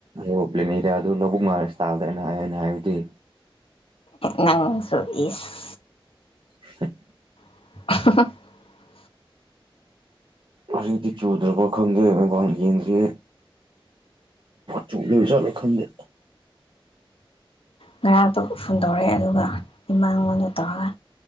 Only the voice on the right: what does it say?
ꯍꯣ ꯄ꯭ꯂꯂꯤꯟ ꯏꯔꯌꯥ ꯑꯗꯨ ꯂꯧꯕꯛ ꯉꯔꯁꯇꯥꯥꯗꯅ ꯍꯥꯏ ꯍꯥꯏꯅ ꯍꯥꯏꯕꯗꯤ
<inaudible>
ꯑꯗꯤ ꯆꯧꯗ꯭ꯔ ꯄꯈꯗꯒ ꯀꯦꯟꯗ꯭ꯔꯦ ꯆꯣꯡ ꯆꯂ ꯈꯪꯗ